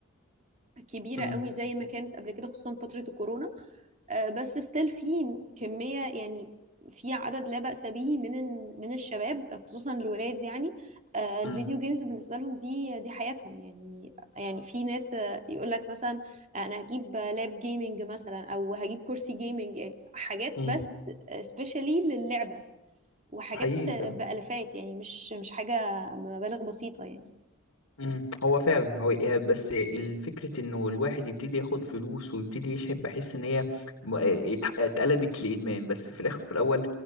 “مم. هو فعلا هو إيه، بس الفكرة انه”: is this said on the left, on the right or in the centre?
Left